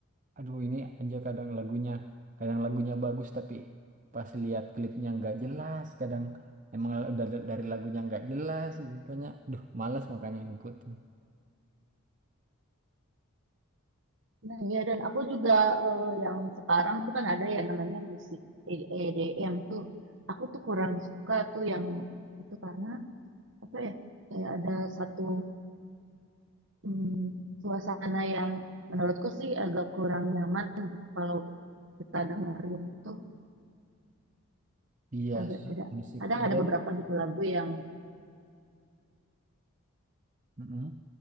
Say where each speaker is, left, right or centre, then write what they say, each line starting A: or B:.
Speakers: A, on the right (about 35°); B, on the right (about 55°).
A: Aduh ini aja kadang lagunya, kadang lagunya bagus tapi pas lihat klipnya nggak jelas, kadang emang udah da- dari lagunya nggak jelas, makanya, duh malas makanya ngikutin.
B: Nah, ya dan aku juga eh, yang sekarang tuh kan ada ya namanya musik E- EDM tuh. Aku tuh kurang suka tuh yang itu karena apa ya? Kayak ada satu mm, suasana yang menurutku sih agak kurang nyaman gitu kalau kita dengerin tuh
A: Iya,
B: agak
A: s-
B: tidak
A: musik
B: kadang
A: Eden.
B: ada beberapa gitu lagu yang
A: Mm-mm.